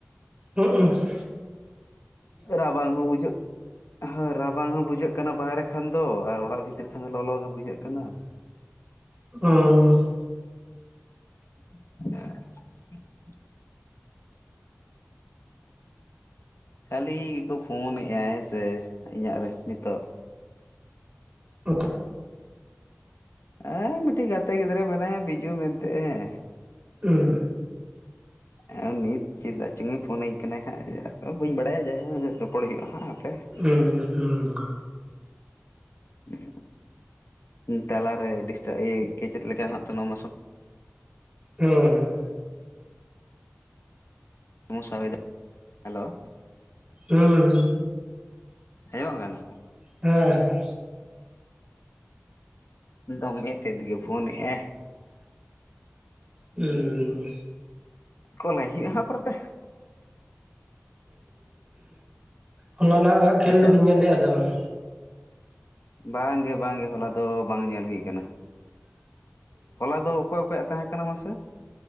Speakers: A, on the right (about 25°); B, on the left (about 75°).
A: ᱩ ᱩ <inaudible>
B: ᱨᱟᱵᱟᱝ ᱦᱚᱸ ᱵᱩᱡᱷᱟᱹᱜ ᱦᱮ ᱨᱟᱵᱟᱝ ᱦᱚᱸ ᱵᱩᱡᱷᱟᱹᱜ ᱦᱩᱭᱩᱜ ᱠᱟᱱᱟ ᱵᱟᱦᱨᱮ ᱠᱷᱟᱱ ᱫᱚ ᱟᱨ ᱚᱲᱟᱜ ᱵᱷᱤᱛᱤᱨ ᱠᱷᱟᱱ ᱫᱚ ᱞᱚᱞᱚ ᱜᱮ ᱵᱩᱡᱷᱟᱹᱜ ᱠᱟᱱᱟ
A: ᱚᱸ ᱻ᱾
B: <unintelligible> ᱠᱷᱟᱹᱞᱤ ᱜᱮᱠᱚ ᱯᱷᱳᱱᱮᱫᱟᱭ ᱦᱮᱸ ᱥᱮᱮ ᱤᱧᱟᱹᱜ ᱨᱮ ᱱᱤᱛᱳᱜ
A: ᱚᱠᱚ
B: ᱦᱮᱸ ᱢᱤᱫᱴᱤᱡ ᱜᱟᱛᱮ ᱜᱤᱫᱽᱨᱟᱹᱭ ᱢᱮᱱᱟᱭᱟ ᱵᱤᱡᱩ ᱢᱮᱱᱛᱮ ᱦᱮᱸ
A: ᱦᱮᱸ ᱻ᱾
B: ᱟᱨ ᱩᱱᱤᱤᱛ ᱪᱮᱫᱟᱜ ᱪᱚᱝᱮ ᱯᱷᱳᱱᱟᱹᱧ ᱠᱟᱱᱟᱭ ᱦᱟᱸᱜ ᱟᱫᱚ ᱵᱟᱹᱧ ᱵᱟᱲᱟᱭᱟ ᱡᱟᱭ ᱨᱚᱯᱚᱲ ᱦᱩᱭᱩᱜᱼᱟ ᱦᱟᱸᱜ ᱟᱯᱮ <unintelligible>
A: ᱩ ᱦᱩᱸ <unintelligible>
B: ᱦᱮᱸ <unintelligible> ᱛᱟᱞᱟᱨᱮᱴ ᱪᱮᱫ ᱞᱮᱠᱟ ᱦ ᱱᱚᱣᱟ <inaudible>
A: ᱦᱮᱸ ᱦᱮᱸ <inaudible>
B: ᱚᱥᱥᱟ ᱦᱩᱭ ᱦᱮᱞᱳ <unintelligible>
A: ᱦᱩᱸ
B: ᱦᱮᱸ ᱦᱚᱸᱜ ᱠᱟᱱᱟ᱾
A: ᱦᱟᱸᱦᱟ
B: ᱫᱚᱢᱮ ᱛᱮᱫ ᱜᱮ ᱯᱷᱳᱱᱮᱫᱼᱟᱭ
A: ᱩᱸᱢ
B: ᱯᱷᱚᱱᱟᱭ ᱦᱩᱭᱩᱜ ᱟ ᱦᱟᱸᱜ ᱯᱚᱨᱮᱛᱮ
A: ᱦᱚᱞᱟ ᱱᱚᱸᱜ ᱠᱷᱮᱞ
B: ᱟᱪᱪᱷᱟ
A: ᱫᱚᱵᱤᱱ ᱧᱮᱞ ᱞᱮᱜᱼᱟ ᱥᱮ ᱵᱟᱝ
B: ᱵᱟᱝᱜᱮ ᱵᱟᱝᱜᱮ ᱦᱚᱞᱟ ᱫᱚ ᱵᱟᱝ ᱧᱮᱞ ᱦᱩᱭᱠᱟᱱᱟ ᱾ ᱦᱚᱞᱟ ᱫᱚ ᱚᱠᱚᱭ ᱚᱠᱚᱭᱟᱜ ᱛᱟᱦᱮᱸ ᱠᱟᱱᱟ ᱢᱟᱥᱮ